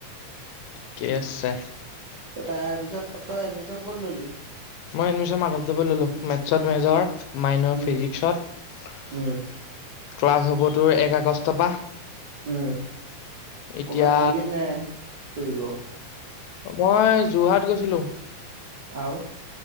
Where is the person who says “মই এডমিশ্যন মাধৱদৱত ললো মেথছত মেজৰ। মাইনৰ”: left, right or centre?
Left